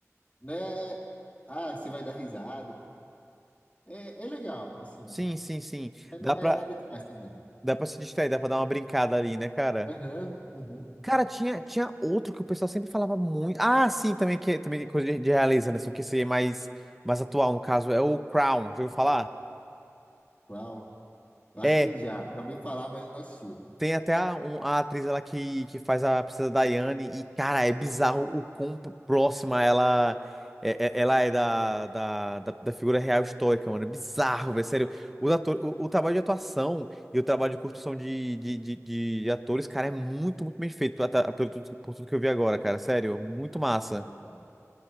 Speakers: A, on the left; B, in the centre.
A: né? Ah, você vai dar risada. É, é legal, assim.
B: Sim, sim, sim.
A: Mas
B: Dá
A: não é
B: pra,
A: nada demais também.
B: dá pra se distrair, dá pra dar uma brincada ali, né, cara?
A: Aham, aham.
B: Cara, tinha, tinha outro que o pessoal sempre falava muito. Ah, sim, também que é- também é coisa de, de realeza, né? Só que esse aí é mais, mais atual, no caso, é o Crown. Já ouviu falar?
A: Qual? Eu Acho
B: É.
A: que já. Já ouvi falar, mas não assisti.
B: Tem até a, um- a atriz ela que, que faz a princesa Diane e, cara, é bizarro o quão p- próxima ela é, é- ela é da, da, da, da figura real histórica, mano. É bizarro, velho. Sério, os ator, o, o trabalho de atuação e o trabalho de construção de, de, de, de atores, cara, é muito, muito bem feito pela- ta- pelo, tudo- por tudo que eu vi agora, cara. Sério, muito massa.
A: Legal.